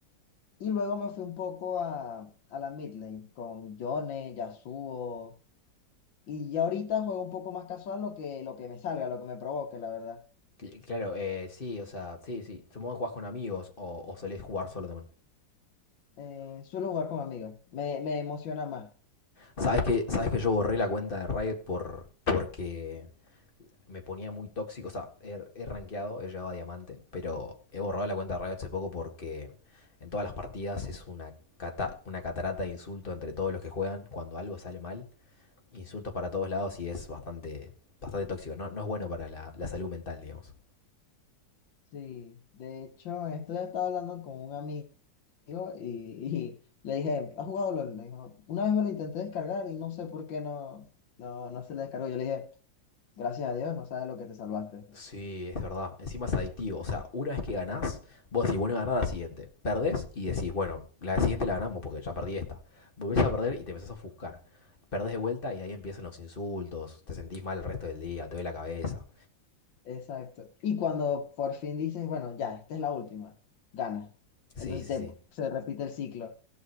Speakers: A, on the left (about 85°); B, on the left (about 30°).
A: Y luego me fui un poco a, a la mid lane con Yone, Yasuo. Y ya ahorita juego un poco más casual lo que, lo que me salga, lo que me provoque, la verdad.
B: Cl- Claro, eh, sí, o sea, sí, sí. Supongo que jugás con amigos o, o solés jugar solo también.
A: Eh, suelo jugar con amigos. Me, me emociona más.
B: ¿Sabes que, sabes que yo borré la cuenta de Riot por, porque me ponía muy tóxico? O sea, he, he rankeado, he llegado a diamante, pero he borrado la cuenta de Riot hace poco porque en todas las partidas es una, cata- una catarata de insulto entre todos los que juegan cuando algo sale mal. insultos para todos lados y es bastante, bastante tóxico. No, no es bueno para la, la salud mental, digamos.
A: Sí. De hecho, esto ya estaba hablando con un amigo. amigo y, y le dije, ¿has jugado LOL? Me dijo, una vez me lo intenté descargar y no sé por qué no, no, no se le descargó. Yo le dije, gracias a Dios, no sabes lo que te salvaste.
B: Sí, es verdad. Encima es adictivo. O sea, una vez que ganás, vos decís, bueno, ganar la siguiente. Perdés y decís, bueno, la siguiente la ganamos porque ya perdí esta. Volvés a perder y te empezás a ofuscar. Perdés de vuelta y ahí empiezan los insultos. Te sentís mal el resto del día, te duele la cabeza.
A: Exacto. Y cuando por fin dices, bueno, ya, esta es la última, gana.
B: Sí,
A: Entonces
B: sí,
A: te-
B: sí.
A: se repite el ciclo.